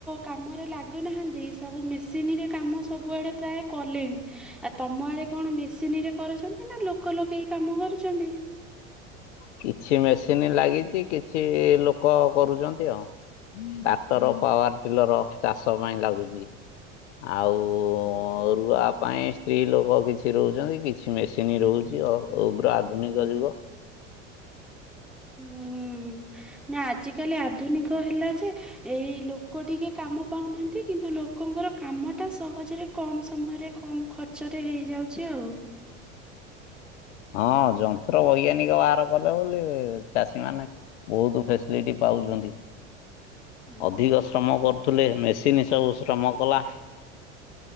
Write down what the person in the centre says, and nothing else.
କାମରେ ଲାଗୁନାହାନ୍ତି। ସବୁ ମିସିନିରେ କାମ ସବୁଆଡ଼େ ପ୍ରାୟ କଲେଣି। ଆ ତମ ଆଡ଼େ କଣ ମେସିନିରେ କରୁଛନ୍ତି ନା ଲୋକ ଲଗେଇ କାମ କରୁଛନ୍ତି।
ହୁଁ ନାଁ ଆଜିକାଲି ଆଧୁନିକ ହେଲା ଯେ ଏଇ ଲୋକ ଟିକେ କାମ ପାଉନାହାନ୍ତି କିନ୍ତୁ ଲୋକଙ୍କର କାମଟା ସହଜରେ କମ୍ ସମୟରେ କମ୍ ଖର୍ଚ୍ଚରେ ହେଇଯାଉଚି ଆଉ।
ହଁ